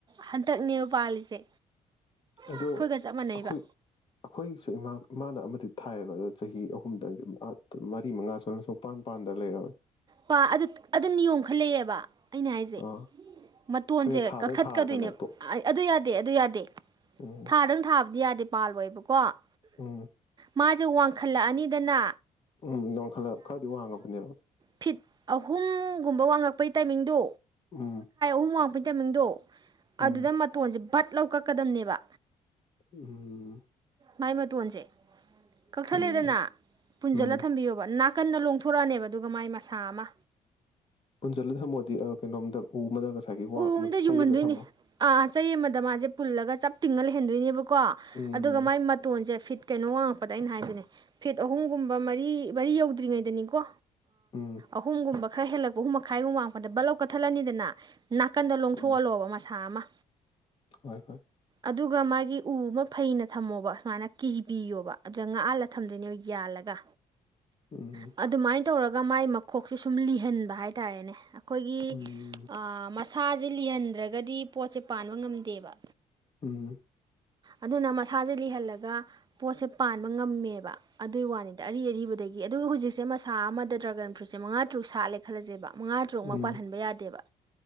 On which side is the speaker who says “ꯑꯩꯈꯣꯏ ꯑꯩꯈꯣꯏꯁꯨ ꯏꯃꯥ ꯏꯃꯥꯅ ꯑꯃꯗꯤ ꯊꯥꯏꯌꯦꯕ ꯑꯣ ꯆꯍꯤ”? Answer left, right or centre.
Left